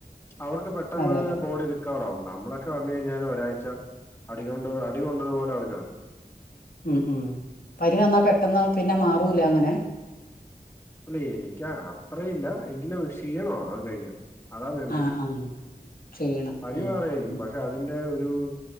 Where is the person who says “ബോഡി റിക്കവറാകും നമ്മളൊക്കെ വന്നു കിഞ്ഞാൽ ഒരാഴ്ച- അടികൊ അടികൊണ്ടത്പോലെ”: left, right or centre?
Left